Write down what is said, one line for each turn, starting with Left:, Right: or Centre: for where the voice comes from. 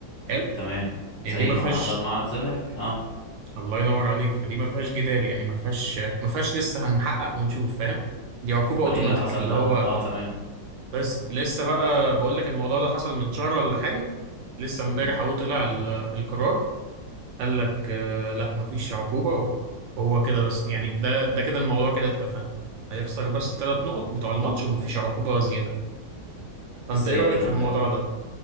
Right: حلو
Left: تمام زي
Right: يعني دي ما
Left: ما
Right: فيهاش
Left: حصل مع الزمالك اه
Right: الله ينور عليك فدي ما فيهاش جدال يعني ما فيهاش ما فيهاش لسه هنحقق ونشوف فاهم دي عقوبة
Left: امال
Right: أوتوماتيك
Left: ايه اللي حصل
Right: اللي
Left: بقى
Right: هو
Left: اه تمام
Right: بس لسه بقى بقول لك الموضوع ده حصل من شهر ولا حاجة لسه امبارح
Left: مم.
Right: اهو طلع ال- القرار قال لك آه، لا مفيش عقوبة وهو كده بس يعني ده ده كده الموضوع كده اتقفل هيخسر بس ثلاث نقط بتوع الماتش ومفيش عقوبة زيادة فانت
Left: ازاي
Right: ايه رأيك
Left: الكلام
Right: في الموضوع
Left: ده
Right: ده